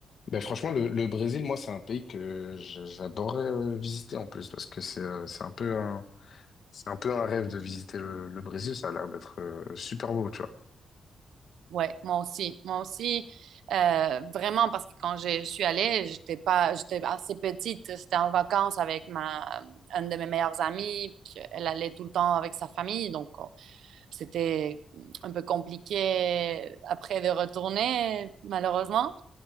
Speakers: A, on the left; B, on the right.
A: ben franchement, le, le Brésil, moi, c'est un pays que je- j'adorerais euh, visiter en plus parce que c'est euh, c'est un peu un, c'est un peu un rêve de visiter le, le Brésil. Ça a l'air d'être euh, super beau, tu vois.
B: Ouais, moi aussi, moi aussi. Euh, vraiment, parce que quand je suis allée, j'étais pas, j'étais assez petite. C'était en vacances avec ma, un de mes meilleurs amis. puis Elle allait tout le temps avec sa famille, donc euh, c'était un peu compliqué après de retourner, malheureusement.